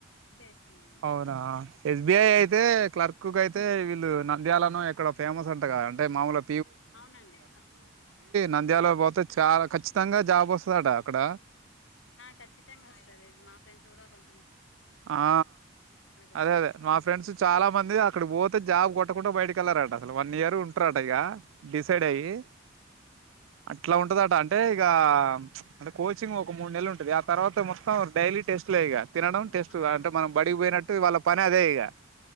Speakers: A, on the left; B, on the right.
A: చేసుకున్నాం అనమాట
B: అవునా ఎస్బిఐ అయితే క్లర్క్ ఎక్కువయితే వీళ్ళు నంద్యాలను ఎక్కడ ఫేమస్ అంట కద అంటే మామూలుగా
A: అవునండి
B: నంద్యాల పోతే చాలా ఖచ్చితంగా జాబ్ వస్తదట అక్కడ
A: ఖచ్చితంగా ఓస్థాధి మా ఫ్రెండ్ కూడా కొంత
B: ఆ
A: వచ్చింది
B: అదే అదే మా ఫ్రెండ్స్ చాలా మంది అక్కడికి పోతే జాబ్ కొట్ట కొట్టకుండా బయటకి వెళ్లరట అసలు వన్ ఇయర్ ఉంటరాట ఇక డిసైడ్
A: అవును
B: అయ అట్లా ఉంటందట అంటే అంటే ఇక అంటే కోచింగ్ ఒక మూడు నెలలు ఉంటుంది ఆ తర్వాత మొత్తం డైలీ టెస్ట్ లే ఇగ తినడం
A: ఓ
B: సుగ
A: ఆ
B: అంటే మనం
A: తినడం
B: బడికిపోయినట్టు
A: టెస్ట్ పెట్టడం
B: వాళ్ళ పని అదే ఇగా